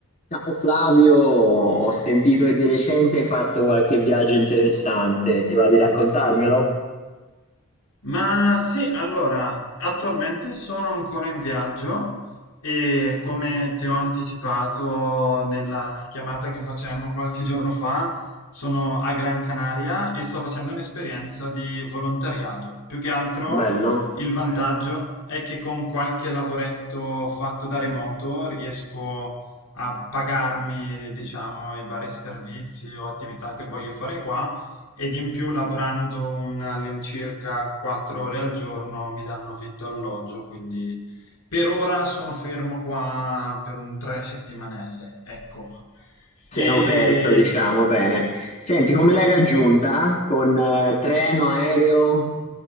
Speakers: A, on the left; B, on the left.
A: Ciao Flavio, ho sentito che di recente hai fatto qualche viaggio interessante, ti va di raccontarmelo?
B: Ma sì, allora, attualmente sono ancora in viaggio e come ti ho anticipato nella chiamata che facemmo qualche giorno fa, sono a Gran Canaria e sto facendo un'esperienza di volontariato. Più che altro
A: Bello,
B: il vantaggio è che con qualche lavoretto fatto da remoto riesco a pagarmi, diciamo, i vari servizi o attività che voglio fare qua ed in più lavorando un- all'incirca quattro ore al giorno mi danno vitto e alloggio, quindi per ora sono fermo qua per un tre settimanelle, ecco.
A: sei
B: E
A: coperto, diciamo, bene. Senti, come l'hai raggiunta? Con eh, treno, aereo?